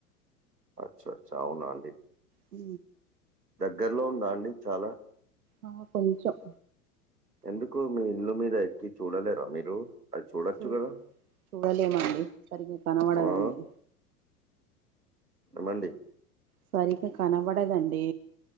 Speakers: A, on the right; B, on the right.
A: అచ్చ అచ్చ అవున అండి
B: హ
A: దగ్గరలో ఉందా అండి చాలా
B: ఆ కొంచం
A: ఎందుకు మీ ఇల్లు మీద ఎక్కి చూడలేరా మీరు అది చుడచ్చు
B: చూ
A: కదా
B: చూడలేమండి సరిగ్గా కనబడదండి
A: ఆ ఏమండి
B: సరిగా కనబడదండి